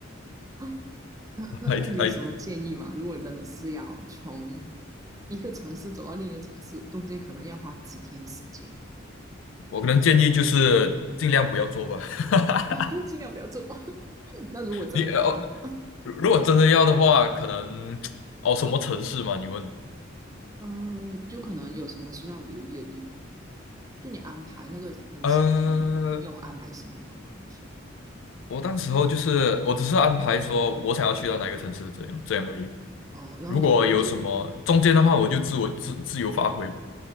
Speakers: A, on the right; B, on the left.
A: <laughs> 那那那你有什么建议吗？
B: <laughs> 还还
A: 如果真的是要从一个城市走到另一个城市，中间可能要花几天时间
B: 我可能建议就是尽量不要做吧。
A: 啊，
B: <laughs>
A: <laughs> 尽量不要做。<laughs> 那如果真的要呢？
B: 你哦如如果真的要的话，可能 <tsk> 哦，什么城市嘛？你问。
A: 呃，就可能有什么需要留意的地方。就你安排那个可能行程，
B: 呃，
A: 你有安排行程吗？那时
B: 我当时候就是我只是安排说我想要去到哪个城市，这样这样而已。
A: 候哦，然后中间就
B: 如果有什么中间的话，我就自我自自由发挥。